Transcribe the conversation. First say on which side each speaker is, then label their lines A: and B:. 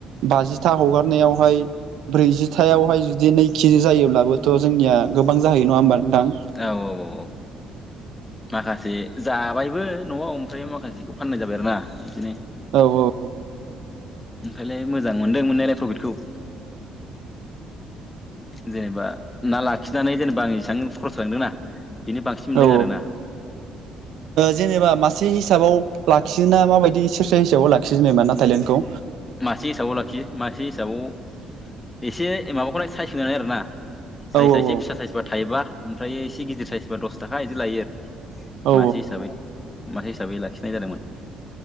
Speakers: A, on the right (about 75°); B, on the left (about 20°).
A: बाजिथा हगारनायावहाय ब्रैजिथायावहाय जुदि नै केजि जायोब्लाबोथ' जोंनिया गोबां जाहैयो नङा होमबा नोंदां
B: औ औ औ औ माखासे जाबायबो न'आव ओमफ्राय माखासेखौ फाननाय जाबाय आरो ना बिदिनो
A: औ औ
B: ओमफ्रायलाय मोजां मोनदों मोननायलाय प्रभिटखौ जेनेबा ना लाखिनानै जेनेबा आं एसेबां खरस थांदोंना बेनो बांसिन मोनदों
A: औ
B: आरो ना
A: जेनेबा मासे हिसाबाव लाखियोोन ना माबायदि सेरसा हिसाबाव लाखियो जेनेबा ना थायलेण्डखौ
B: मासे हिसाबाव लाखियो मासे हिसाबाव एसे माबाखौलाय साइज होननानै आरो ना साइजआ
A: औ औ
B: एसे फिसा साइसबा थायोबा ओमफ्राय एसे गिदिर साइसबा दस थाखा बिदि लायो आरो
A: औ
B: मासे हिसाबै मासे हिसाबै लाखिनाय जादोंमोन